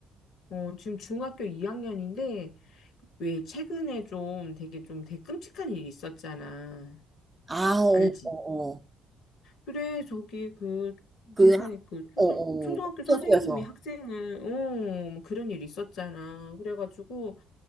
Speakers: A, on the left; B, on the right.
A: 어, 지금 중학교 2학년인데, 왜 최근에 좀 되게 좀 되게 끔찍한 일이 있었잖아.
B: 아, 어,
A: 알지?
B: 어, 어.
A: 그래, 저기 그
B: 그,
A: 세상에 그 초등,
B: 어,
A: 초등학교
B: 어.
A: 선생님이
B: 학교에서.
A: 학생을, 어, 뭐 그런 일 있었잖아. 그래가지고,